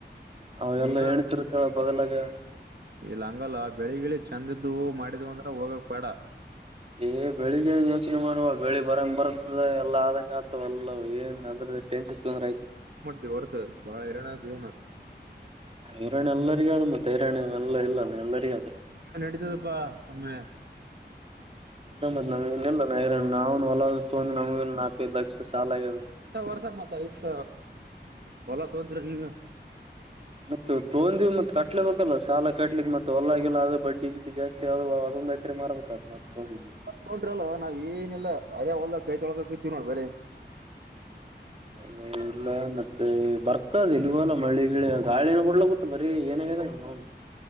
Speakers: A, on the right; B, on the right.
A: ಅವೆಲ್ಲ
B: ಏನ
A: ಹತಿರುತ್ತಳ ಬಗಲಾಗ
B: ಇಲ್ಲ ಹಂಗಲ್ಲ ಬೆಳಿಗಿಳಿ ಚಂದಿದ್ದು ಮಾಡಿದ್ ಅಂದ್ರ ಹೋಗಕ್ ಬೇಡ
A: ಏ್ಳಿಗ್ ಏನ್ ಯೋಚನೆ ಮಾಡುವ ಬೆಳಿ ಬರಂಗ ಬರ ಎಲ್ಲ ಆದಂಗ ಆತವ ಎಲ್ಲ ಏನ್ ಅದ್ರದ್ದ ಟೆನ್ಷನ್ ತೊಂದ್ರ ಆಯ್ತು
B: ಮಾಡ್ತತಿವಿ ವರ್ಸ ಬಾಳ ಎರಣಡ ಜೀವನ
A: ಹಿರರಣಾಣ್ಯ ಎಲ್ಲರಿಗ ಅದು ಮತ್ತೆ ಹಿರಾಣ್ಯ ಎಲ್ಲ ಇಲ್ಲ ಎಲ್ಲರಿಗ ಅದು
B: ನಡೀತದಪ್ಪಾ ಸುಮಮ್ಮನೆ
A: ಇತ್ ನಮ್ ಇನ ಇಿಲ್ಲ ನ ನಾ್ ಹೊಲ ತೊ್ರ ನಮ್ಗ ನಾಲ್ಕೈದು ಲಕ್ಷ ಸಾಲ ಆಗ್ಯದ
B: ಸ ವರ್ಸ ಮತ್ತ ಇಯತ್ ಹೊಲ ತ ಹೋದ್ರೆ ನೀವ
A: ಮತ್ತ ತೋೊಂಡಿವ ಮತ್ ಕಟ್ಲೆಬೇಕಲ್ಲ ಸಾಲ ಕಟ್ಲಿಕ್ ಮತ್ತ ಹೊಲಗಲ್ಲ ಅದ ಬಡ್ಡಿ ಗಿಡ್ಡಿ ಜಾಸ್ತಿ ಆದದು ಅದೊಂದು ಎಕರೆ ಮಾರ್ಬೇಕತ್ ಮತ್ತ ತೊೊಂಡಿದ್ದು
B: ನೋಡ್ರ ಅಲ್ ನಾವವು ಏನಿಲ್ಲ ಅದೇ ಹೊಲ್ಲದ ಕೈ ತೊಳ್ಕ ಇತಿವವಿ ನೋಡ್ ಬ್ರಿ
A: ಲ್ಲ ಇಲ್ಲ ಮತ್ತೆ ಬರ್ತದ ಇಲ್ಲಿಗೋ ಅಲ್ಲ ಮಳ್ಳಿ ಗಾಳಿನ ಬಿಡ್ಲ ಗೊತ್ತು ಬರೀ ಏನಾಗಾಗಿದೆ ನ